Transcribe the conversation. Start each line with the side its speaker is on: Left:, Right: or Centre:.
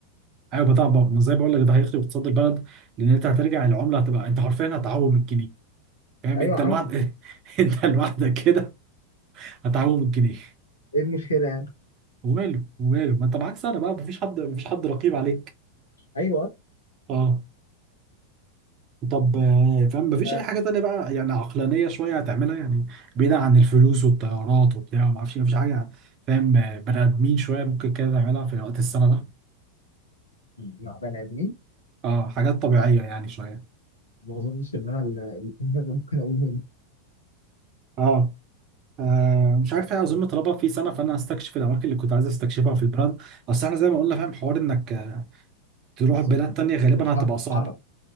Right: ايوه بتاع زي ما زي بقول لك ده هيخرب اقتصاد البلد لان انت هترجع العمله هتبقى انت حرفيا هتعوم الجنيه فاهم
Left: ايوه
Right: انت
Left: عم
Right: لوحدك <laughs> انت لوحدك كده هتعوم الجنيه
Left: ايه المشكله يعني
Right: وماله وماله ما انت معاك سنه بقى مفيش حد مفيش حد رقيب عليك
Left: ايوه
Right: اه طب آه، فاهم مفيش
Left: آه،
Right: اي حاجه تانيه بقى يعني عقلانيه شويه هتعملها يعني بعيدا عن الفلوس والطيارات وبتاع ما اعرفش إيه، مفيش حاجه يعني، فاهم آه، بني ادمين شويه ممكن كده تعملها في وقت السنه ده
Left: مع بني ادمين
Right: اه حاجات طبيعيه يعني شويه
Left: ما اظنش ان انا اللي اللي في دماغي ممكن اقول منه
Right: اه آه مش عارف ايه اظن طلبها في سنه فانا هستكشف الاماكن اللي كنت عايز استكشفها في البلد اصل احنا زي ما قلنا فاهم حوار انك آه، تروح
Left: بس
Right: بلاد
Left: انت
Right: تانية غالبا
Left: مش هتعرف
Right: هتبقى
Left: تتحرك
Right: صعبه